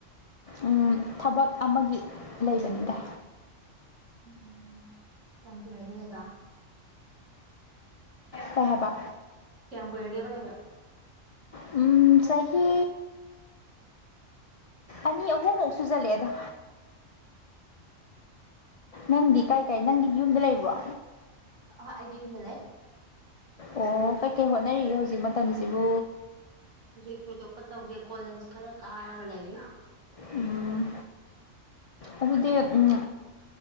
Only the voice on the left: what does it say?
ꯎꯝ ꯊꯕꯛ ꯑꯃꯒꯤ ꯂꯩꯕꯅꯤꯗ
ꯀꯩ ꯍꯥꯏꯕ
ꯎꯝ ꯆꯍꯤ ꯑꯅꯤ ꯑꯍꯨꯝꯃꯛ ꯁꯨꯖꯜꯂꯛꯑꯦꯗ ꯅꯪꯗꯤ ꯀꯥꯏ ꯀꯥꯏ ꯅꯪꯗꯤ ꯌꯨꯝꯗ ꯂꯩꯕ꯭ꯔꯣ
ꯑꯣ ꯀꯩꯀꯩ ꯍꯣꯠꯅꯔꯤꯒꯦ ꯍꯧꯖꯤꯛ ꯃꯇꯝꯁꯤꯕꯣ
ꯎꯝ ꯑꯗꯨꯗꯤ ꯎꯝ